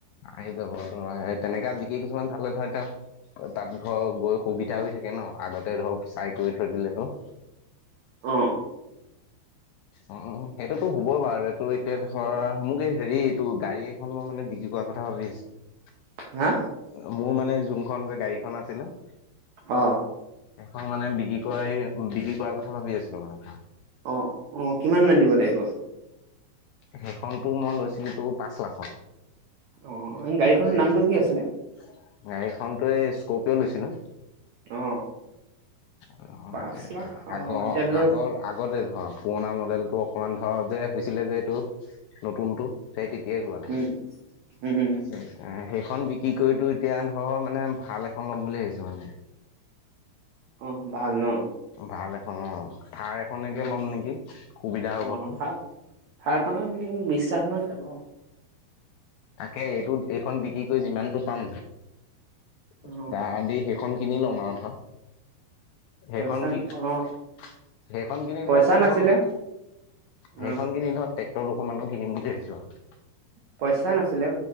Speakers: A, on the left; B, on the right.
A: আহি যাব ধৰা তেনেকা জিকে কিছুমান থালে নহয় তেওঁ তাত ধৰ গৈ সুবিধা হৈ থাকে ন আগতে ধৰক চাই কৰি থৈ দিলেতো
B: অহ
A: উ সেইটোতো হ'বই বাৰু এইটো এতিয়া ধৰা মোক এই হেৰি এইটো গাড়ী এখন মই মানে বিক্ৰী কোৱা কথা ভাবি আছো
B: হা
A: মোৰ মানে যোনখন যে গাড়ীখন আছিলে।
B: অ
A: এখন মানে বিক্ৰী কৰাই বিক্ৰী কৰাৰ কথা ভাবি আছিলো মানে।
B: অ অ কিমান মান দিব লাগিব
A: সেইখনতো মই লৈছিলো তো পাঁচ লাখত
B: অ
A: <unintelligible>
B: গাড়ীখনৰ নামটো কি আছিলে
A: গাড়ীখনতো এই স্কপিঅ' লৈছিলো।
B: অ
A: এয়া
B: পাঁচ লাখ অ
A: আগৰ
B: এতিয়া ধৰ
A: আগৰ আগতে ধৰা পুৰণা মডেল ত অকমান ধৰ যে হৈছিলে যে এইটো নতুনতটো সেই তেতিয়াই লোৱা
B: উম উম উম
A: সেইখন বিক্ৰী কৰিতো। এতিয়া ধৰ মানে ভাল এখন ল'ম বুলি ভাবিছো মানে।
B: অ ভাল ন
A: ভাল এখন অ থাৰ এখননেকে
B: উম
A: ল'ম নেকি সুবিধা হ'ব
B: অ
A: ন।
B: থাৰ থাৰখনত বিশ লাখ মান হব।
A: তাকে এইটো এইখন বিক্ৰী কৰি যিমানতটো পাম
B: অ
A: আধা দি সেইখন কিনি লম আৰু ন সেইখন
B: পইচা
A: কি সেইখন
B: অ
A: কিনি
B: পইচা
A: ধৰ তোৰ
B: নাছিলে
A: ধৰ অ সেইখন
B: অ
A: কিনি ধৰক ট্ৰেক্টৰ দুখন মানো কিনিম বুলি ভাবছো আৰু
B: পইচা নাছিলে